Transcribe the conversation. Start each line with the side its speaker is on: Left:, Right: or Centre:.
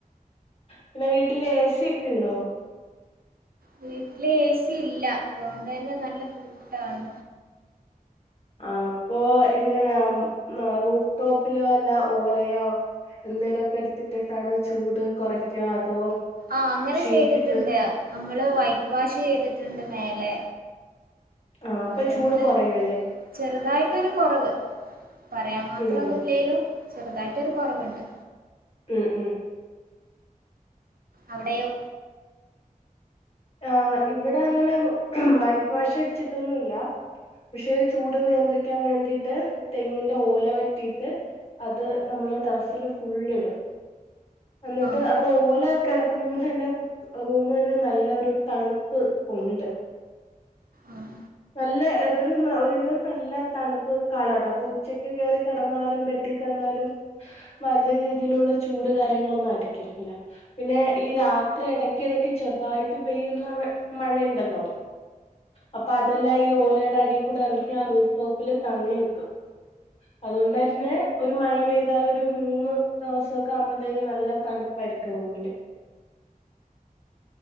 Left: പിന്നെ വീട്ടില് എസിയൊക്കെ ഒണ്ടോ
Right: വീട്ടില് എ സി ഇല്ല അത് കൊണ്ട് തന്നെ നല്ല ബുദ്ധിമുട്ടാണ്
Left: ആ അപ്പൊ എങ്ങനാ ആ റൂഫ് ടോപ്പില് വല്ലാ ഓലയോ എന്തോലുമൊക്കെ എടുത്തിട്ടിട്ടാണോ ചൂട് കൊറയ്ക്കാ അതോ
Right: ആ അങ്ങനെ
Left: ഷീറ്റ്
Right: ചെയ്തിട്ടുണ്ട്
Left: ഇട്ട്
Right: അ നമ്മള് വൈറ്റ് വാഷ് ചെയ്തിട്ടുണ്ട് മേലെ
Left: ആ അപ്പൊ
Right: അതുകൊണ്ട്
Left: ചൂട് കുറയുംല്ലേ
Right: ചെറുതായിട്ടൊരു കുറവ് പറയാൻ മാത്രം
Left: ഉം
Right: ഒന്നും ഇല്ലേലും ചെറുതായിട്ടൊരു കുറവുണ്ട്
Left: ഉം ഉം
Right: അവിടെയോ
Left: ആ ഇവിടെ അങ്ങനെ വൈറ്റ് വാഷ് അടിച്ചിട്ടൊന്നുമല്ല പക്ഷെ ചൂട് നിയന്ത്രിക്കാൻ വേണ്ടിയിട്ട് തെങ്ങിന്റെ ഓല വെട്ടിയിട്ട് അത് നമ്മുടെ ടെറസില് ഫുള്ളിടും എന്നിട്ട്
Right: ആഹ്
Left: അപ്പൊ ഓല കിടക്കുന്നൊണ്ട് തന്നെ റൂമിന് നല്ല ഒരു തണുപ്പ് ഉണ്ട്
Right: ആഹ്
Left: നല്ല തരു ഒരുവിധം നല്ല തണുപ്പ് കാലഘട്ട അപ്പൊ ഉച്ചക്ക് കയറി കടന്നാലും ബെഡികടന്നാലും വല്യ രീതിയിലുള്ള ചൂട് കാര്യങ്ങളൊന്നും അടിക്കത്തില്ല പിന്നെ ഈ രാത്രി ഇടക്ക് ഇടക്ക് ചെറുതായിട്ട് ഇട്ട് പെയ്യുന്ന മഴയുണ്ടല്ലോ അപ്പൊ അതെല്ലാം ഈ ഓലയുടെ അടി കൂടെ ഇറങ്ങി ആ റൂഫ് ടോപ്പില് തങ്ങി നിക്കും അതുകൊണ്ട് തന്നെ ഒരു മഴ പെയ്താൽ ഒരു മൂന്ന് ദിവസൊക്കെ ആവുമ്പോത്തേന് നല്ല തണുപ്പായിരിക്കും റൂമില്